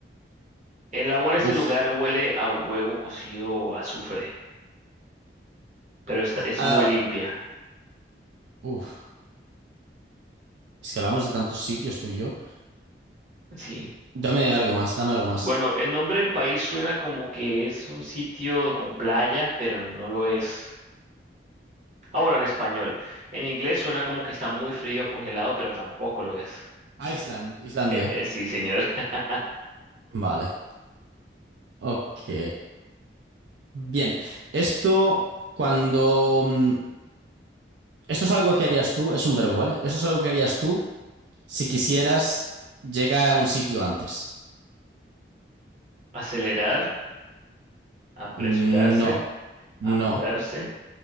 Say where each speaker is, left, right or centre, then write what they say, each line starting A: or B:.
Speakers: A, on the right (about 40°); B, on the right (about 80°).
A: El agua
B: Buf.
A: en este lugar huele a huevo cocido o azufre, pero está, es
B: Ah,
A: muy limpia.
B: uf. Es que hablamos de tantos sitios tú y yo.
A: Sí.
B: Dame algo más, dame algo más.
A: Bueno, el nombre del país suena como que es un sitio con playa, pero no lo es. Ah, bueno, en español. En inglés suena como que está muy frío, congelado, pero tampoco lo es.
B: Ah, Island, Islandia.
A: Eh, eh, sí, señor. <laughs>
B: Vale. Ok. Bien. Esto, cuando... mm, Esto es algo que harías tú, es un verbo, ¿vale? Esto es algo que harías tú si quisieras llegar a un sitio antes.
A: Acelerar, apresurarse,
B: No, no,
A: apurarse,